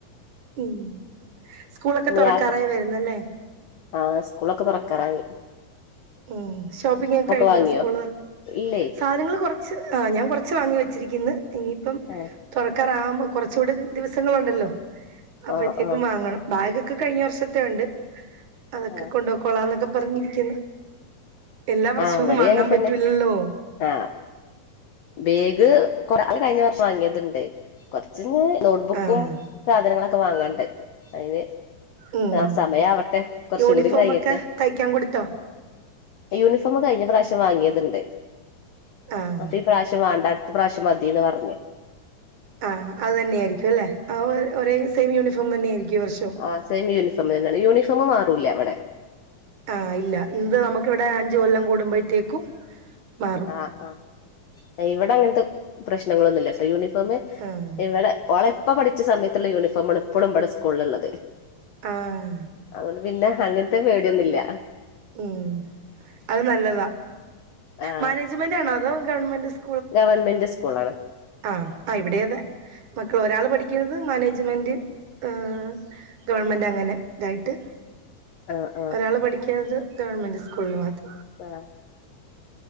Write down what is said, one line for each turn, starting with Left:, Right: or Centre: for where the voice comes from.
Right: ഹ്മ്മ്, സ്കൂളൊക്കെ
Left: പിന്നെ
Right: തൊറക്കാറായി
Left: യാത്ര
Right: വര്ന്നല്ലേ
Left: ആഹ് സ്കൂളൊക്കെ തൊറക്കാറായി
Right: ഹ്മ്മ്, ഷോപ്പിംഗ്ങ്ങൊക്കെ കഴിഞ്ഞോ
Left: വാങ്ങിയോ
Right: സ്കൂള് തൊറക്ക്
Left: ഇല്ലേ
Right: സാനങ്ങള് കൊർ ച്ച് ആഹ്‌ ഞാൻ കൊറച്ച് വാങ്ങി വെച്ചിര്ക്ക്ന്ന് ഇനിയിപ്പം
Left: ആഹ്
Right: തൊറക്കാറാവുമ്പോ കൊറച്ചുടെ ദിവസങ്ങളുണ്ടല്ലോ അപ്പഴ്ത്തേക്കും
Left: ആഹ് ആഹ്
Right: വാങ്ങണം ബാഗൊക്കെ കഴിഞ്ഞ വർഷത്തെ ഉണ്ട് അതൊക്കെ
Left: ആഹ്
Right: കൊണ്ടൊക്കോളാന്നൊക്കെ പറഞ്ഞിര്ക്ക്ന്ന് എല്ലാ വർഷവും
Left: ആഹ് ഇവിടെയും
Right: വാങ്ങാൻ
Left: അങ്ങനെ
Right: പറ്റൂല്ലല്ലോ
Left: തന്നെ ആഹ് ബേഗ് കൊറ അവന് കഴിഞ്ഞ വർഷം വാങ്ങിയത്ണ്ട് കൊറച്ച്ഞ്ഞ് നോട്ട്ബുക്കും
Right: ആഹ്
Left: സാധനങ്ങളൊക്കെ വാങ്ങാൻണ്ട് അയിന്
Right: ഉം
Left: ആഹ് സമയാവട്ടെ കൊർച്ചും
Right: യൂണിഫോം
Left: കൂടി കഴിയട്ടെ
Right: ഒക്കെ തയ്ക്കാൻ കൊടുത്തോ
Left: യൂണിഫോംമ് കഴിഞ്ഞ പ്രാവശ്യം വാങ്ങിയത്ണ്ട്
Right: ആഹ്
Left: അപ്പം ഈ പ്രാവശ്യം വാണ്ട അട്ത്ത പ്രാവശ്യം മതിന്ന് പറഞ്ഞ്
Right: ആഹ് അത് തന്നെയായിരിക്കും അല്ലേ, ആഹ് ഒ ഒര് സെയിം യൂണിഫോം തന്നെ ആയായിരിക്കും. ഈ വർഷം
Left: ആഹ് സെയിം യൂണിഫോം തന്നെയാണ്. യൂണിഫോം മാറൂല്ല ഇവടെ
Right: ആഹ് ഇല്ല, ഇത് നമുക്ക് ഇവിടെ അഞ്ച് കൊല്ലം കൂടുമ്പോഴ്ത്തേക്കും മാ
Left: ആഹ് ആഹ്, ഇവടൻങ്ങൻത്തെ പ്രശ്നങ്ങളൊന്നുല്ലട്ടോ യൂണിഫോംമ്
Right: ആഹ്
Left: ഇവടെ ഓളെ ഇപ്പ പഠിച്ച സമയത്ത്ള്ള യൂണിഫോംമാണ് ഇപ്പളും ഇവടെ സ്കൂള്ല് ഇള്ളത്
Right: ആഹ്
Left: അതോണ്ട് പിന്നെ അങ്ങൻത്തെ പേടിയൊന്നുല്ല
Right: ഹ്മ്മ് അത് നല്ലതാ,
Left: ആഹ്
Right: മാനേജ്മെന്റ് ആണോ അതോ ഗവൺമന്റ് സ്
Left: ഗവൺമെന്റ് സ്കൂളാണ്.
Right: ആഹ്, ആഹ് ഇവടിയതെ, മക്കള് ഒരാള് പഠിക്ക്ന്നത് മാനേജ്മെന്റ് ആഹ് ഗവൺമെന്റ് അങ്ങനെ ഇതായിട്ട്.
Left: ആഹ് ആഹ്
Right: ഒരാള് പഠിക്ക്ന്നത് ഗവൺമെൻ്റ് സ്കൂളിൽ മാത്
Left: ആഹ്.